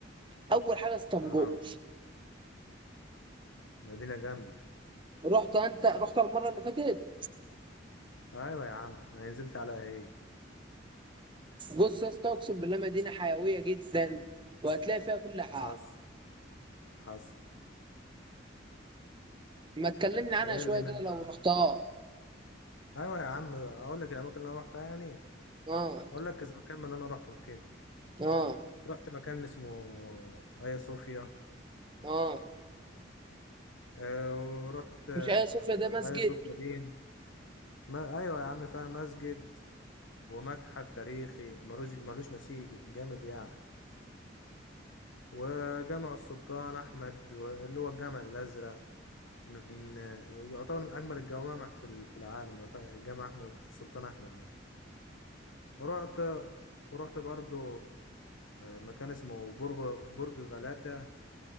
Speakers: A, on the right; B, on the left.
A: اول حاجه اسطنبول
B: آه مدينة جامد
A: رحت انت رحت المره اللي فاتت
B: أيوة يا عم أنا نزلت على إيه
A: بص يا اسطى اقسم بالله مدينه حيويه جدا وهتلاقي فيها كل حاجه
B: حصل حصل
A: ما تكلمني عنها
B: إيه
A: شويه
B: اللي هناك
A: كده
B: بقى
A: لو رحتها
B: أيوة يا عم أقول لك الأماكن اللي أنا روحتها يعني
A: اه
B: أقول لك إذا مكان من اللي أنا روحتهم كده
A: اه
B: رحت مكان اسمه آيا صوفيا
A: اه
B: آه، ورحت آه،
A: مش ايوه صوفيا ده مسجد
B: آيا صوفيا دي ما أيوة يا عم فيها مسجد ومتحف تاريخي ملوش ملوش مثيل جامد يعني وجامع السلطان أحمد و- اللي هو الجامع الأزرق من يعتبر من أجمل الجوامع في ال- في العالم يعتبر جامع أحمد السلطان أحمد ده ورحت ورحت برضو مكان اسمه برج برج غلاتة